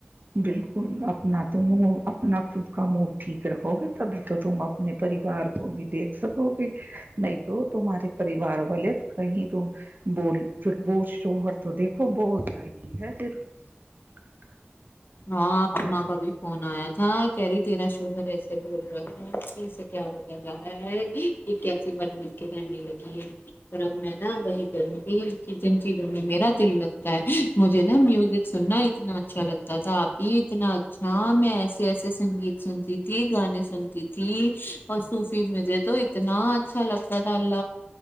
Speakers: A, on the right (about 50°); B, on the left (about 55°).
A: بالکل اپنا تم اپنا خود کا موڈ ٹھیک رہو گے تبھی تو تم اپنے پریوار کو بھی دیکھ سکو گے نہیں تو تمہارے پریوار والے کہیں ت بول پھر بوج شوہر تو دیکھو بولتا ہی ہے پھر <unintelligible>
B: ہاں ااں کا بھی فون آیا تھا کہہ رہی تیرا شوہر ایسے بول رہا تھا اسے کیا ہوتا جا رہا ہے یہ کیسی بات مل کے رہنے لگی ہے اور اب میں نا وہی کروں گی کہ جن چیزوں میرا دل لگتا ہے مجھے نا میوز سننا ن چل <unintelligible> تھا آپ ہی اتنا اچھا میں ایسے ایسے سنگیت سنتی تھی گانے سنتی تھی اور صوفی میوزک تو اتنا اچھا لگتا تھا ال